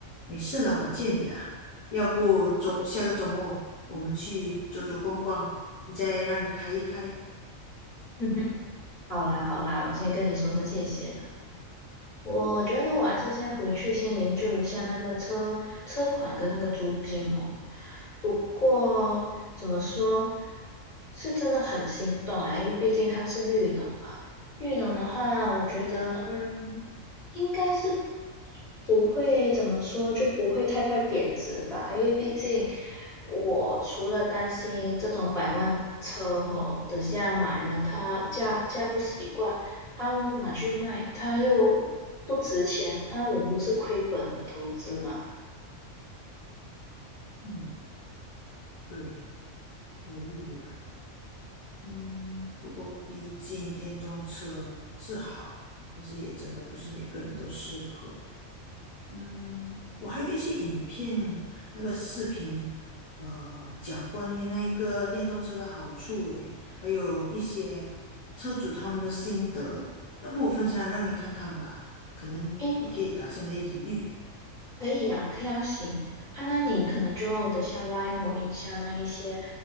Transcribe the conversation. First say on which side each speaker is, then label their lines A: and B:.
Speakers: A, on the left; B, on the left.
A: 没事啦，我借你啦。要不周下个周末我们去走走逛逛，你再让你开一开。
B: <laughs> 好啦好啦，我先跟你说声谢谢了。我觉得我还是先回去先研究一下那个车车款跟那个租金哦。不过怎么说，是真的很心动啦，因为毕竟它是绿能嘛。绿能的话，我觉得嗯，应该是不会怎么说，就不会太快贬值吧。因为毕竟我除了担心这种百万车哦，等下买了它驾驾不习惯。啊，我拿去卖，它又不值钱啊，我不是亏本的投资吗？
A: 嗯，对，可以啦。嗯，不过毕竟电动车是好，但是也真的不是每个人都适合。嗯，我还有一些影片，那个视频，呃，讲关于那个电动车的好处，诶，还有一些车主他们的心得，要不我分享让你看看吧，可能也可以打消你的疑虑。
B: 诶，可以呀、可以啊，行啊，那你可能就等下拉我一下那一些